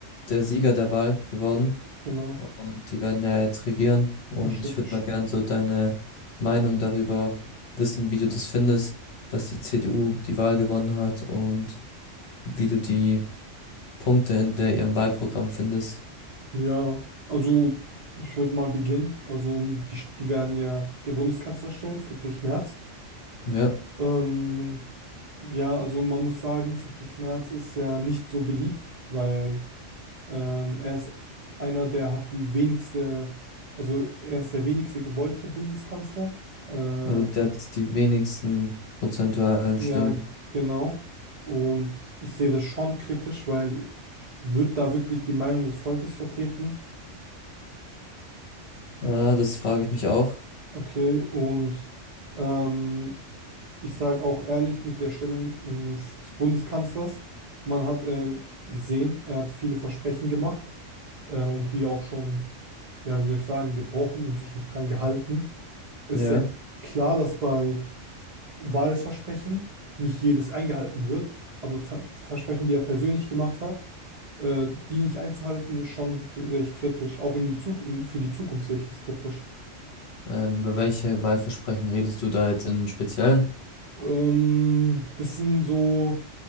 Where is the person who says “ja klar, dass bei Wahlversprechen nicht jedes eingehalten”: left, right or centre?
Right